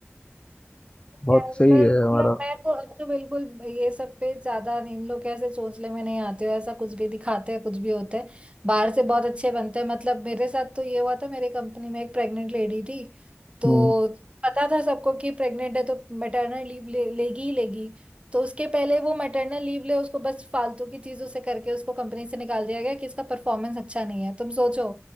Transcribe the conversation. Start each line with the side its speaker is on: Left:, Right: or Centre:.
Left: बहुत
Right: है
Left: सही
Right: पर
Left: है
Right: मतलब
Left: हमारा
Right: मैं तो अब तो बिल्कुल ये सब पे ज्यादा इन लोग कैसे चोंचले में नहीं आते हो ऐसा कुछ भी दिखाते हैं कुछ भी होते हैं बाहर से बहुत अच्छे बनते हैं मतलब मेरे साथ तो ये हुआ था मेरी कंपनी में एक प्रेग्नेंट लेडी थी तो
Left: हम्म
Right: पता था सबको कि प्रेग्नेंट है तो मैटरनल लीव ले, लेगी ही लेगी तो उसके पहले वो मैटरनल लीव ले उसको बस फालतू की चीजों से करके उसको कंपनी से निकाल दिया गया कि इसका परफॉर्मेंस अच्छा नहीं है तुम सोचो